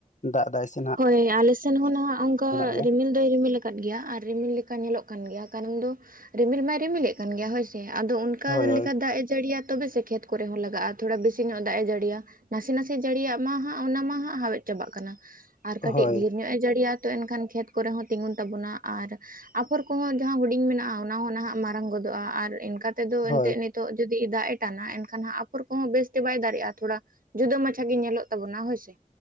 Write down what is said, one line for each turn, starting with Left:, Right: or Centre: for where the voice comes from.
Left: ᱫᱟᱜ ᱮᱫᱟᱭ <unintelligible>
Right: ᱦᱳᱭ ᱟᱞᱮᱥᱮᱱ ᱦᱚᱸ ᱱᱟᱣᱟ ᱚᱱᱠᱟ
Left: ᱞᱮᱭᱟ
Right: ᱨᱤᱢᱤᱞ <inaudible> ᱨᱤᱢᱤᱞ ᱟᱠᱟᱫ ᱜᱮᱭᱟ ᱟᱨ ᱨᱤᱢᱤᱞ ᱞᱮᱠᱟ ᱧᱮᱞᱚᱜ ᱠᱟᱱ ᱜᱮᱭᱟ ᱠᱟᱨᱚᱱ ᱫᱚ ᱨᱤᱢᱤᱞ ᱢᱟᱭ ᱨᱤᱢᱤᱞᱮᱫ ᱠᱟᱱ ᱜᱮᱭᱟ ᱦᱳᱭᱥᱮ ᱟᱫᱚ ᱚᱱᱠᱟ
Left: ᱦᱳᱭ ᱦᱳᱭ
Right: ᱞᱮᱠᱟ ᱫᱟᱜ ᱮ ᱡᱟᱹᱲᱤᱭᱟ ᱛᱚᱵᱮ ᱥᱮ ᱠᱷᱮᱛ ᱠᱚᱨᱮ ᱦᱚᱸ ᱞᱟᱜᱟᱜᱼᱟ ᱛᱷᱚᱲᱟ ᱵᱤᱥᱤ ᱧᱚᱜ ᱫᱟᱜ ᱮ ᱡᱟᱹᱲᱤᱭᱟ ᱱᱟᱥᱮ ᱱᱟᱥᱮ ᱡᱟᱹᱲᱤᱭᱟᱜ ᱢᱟ ᱦᱟᱸᱜ ᱚᱱᱟ ᱢᱟ ᱦᱟᱸᱜ ᱦᱟᱣᱮᱫ ᱪᱟᱵᱟᱜ ᱠᱟᱱᱟ ᱟᱨ ᱠᱟᱹᱴᱤᱡ
Left: ᱦᱳᱭ
Right: ᱰᱷᱮᱨ ᱧᱚᱜ ᱮ ᱡᱟᱹᱲᱤᱭᱟ ᱛᱚ ᱮᱱᱠᱷᱟᱱ ᱠᱷᱮᱛ ᱠᱚᱨᱮ ᱦᱚᱸ ᱛᱤᱸᱜᱩᱱ ᱛᱟᱵᱚᱱᱟ ᱟᱨ ᱟᱯᱷᱚᱨ ᱠᱚᱦᱚᱸ ᱡᱟᱦᱟᱸ ᱦᱩᱰᱤᱧ ᱢᱮᱱᱟᱜᱼᱟ ᱚᱱᱟᱦᱚ ᱱᱟᱦᱟᱜ ᱢᱟᱨᱟᱝ ᱜᱚᱫᱚᱜᱼᱟ ᱟᱨ ᱤᱱᱠᱟ ᱛᱮᱫᱚ ᱮᱱᱛᱮᱫ
Left: ᱦᱳᱭ
Right: ᱱᱤᱛ ᱱᱤᱛᱚᱜ ᱡᱩᱫᱤ ᱫᱟᱜ ᱮ ᱴᱟᱱᱟᱼᱟ ᱮᱱᱠᱷᱟᱱ ᱟᱯᱷᱚᱨ ᱠᱚᱦᱚᱸ ᱵᱮᱥᱛᱮ ᱵᱟᱭ ᱫᱟᱲᱮᱜᱼᱟ ᱛᱷᱚᱲᱟ ᱡᱩᱫᱟᱹ ᱢᱟᱪᱷᱟ ᱜᱮ ᱧᱮᱞᱚᱜ ᱛᱟᱵᱚᱱᱟ ᱦᱳᱭ ᱥᱮ